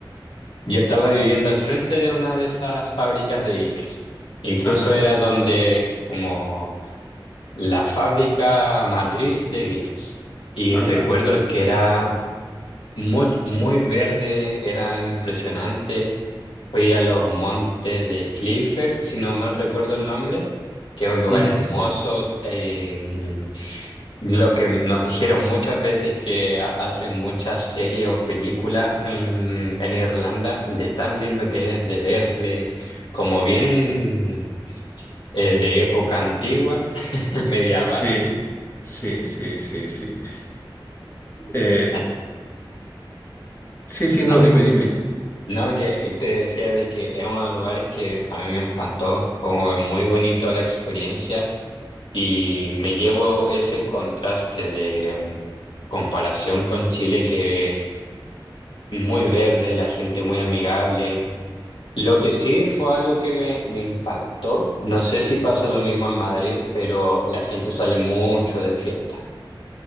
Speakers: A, on the left; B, on the left.
A: yo estaba viviendo al frente de una de esas fábricas de Guinness. Incluso
B: Ajá,
A: era donde como la fábrica matriz de Guinness. Y
B: anda.
A: recuerdo que era muy, muy verde, era impresionante. Fui a los montes de Clifford, si no mal recuerdo el nombre, que es un lugar
B: Ujú.
A: hermoso. eh, lo que nos dijeron muchas veces que ha- hacen muchas series o películas en, en Irlanda, de tan lindo que es de ver, de como bien eh, de época antigua, <laughs> medieval.
B: Sí, sí, sí, sí, sí. Eh,
A: As-
B: sí, sí, no,
A: as-
B: dime, dime.
A: no, que te decía de que es uno de los lugares que a mí me encantó, fue muy bonito la experiencia. Y me llevo ese contraste de mm, comparación con Chile que muy verde, la gente muy amigable. Lo que sí fue algo que me, me impactó, no sé si pasa lo mismo en Madrid, pero la gente sale mucho de fiesta.